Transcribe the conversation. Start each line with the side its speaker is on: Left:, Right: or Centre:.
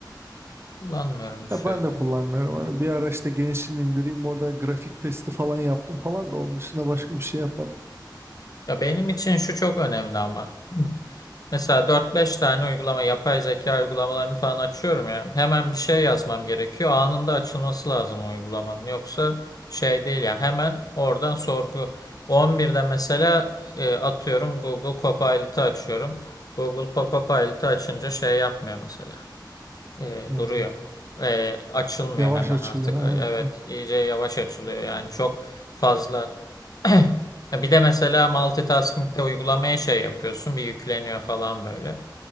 Left: Kullanmıyorum bu şeyde.
Right: Ya ben de kullanmıyorum.
Left: Ha.
Right: Hani bir ara işte Genshin indireyim orada grafik testi falan yaptım falan da onun dışında başka bir şey yapmadım.
Left: Ya benim için şu çok önemli ama. Hı. Mesela dört beş tane uygulama, yapay zeka uygulamalarını falan açıyorum ya. Hemen bir şey yazmam gerekiyor. Anında açılması lazım o uygulamanın. Yoksa şey değil ya. Hemen oradan sorgu. 11'de mesela e, atıyorum Google Copilot'ı açıyorum. Google Copilot'ı açınca şey yapmıyor mesela. E,
Right: Hmm.
Left: duruyor. E, açılmıyor
Right: Yavaş
Left: hemen
Right: açılıyor.
Left: artık. Evet,
Right: Ha.
Left: iyice yavaş açılıyor. Yani çok fazla. <clears throat> Bir de mesela multitasking'de uygulamaya şey yapıyorsun, bir yükleniyor falan böyle.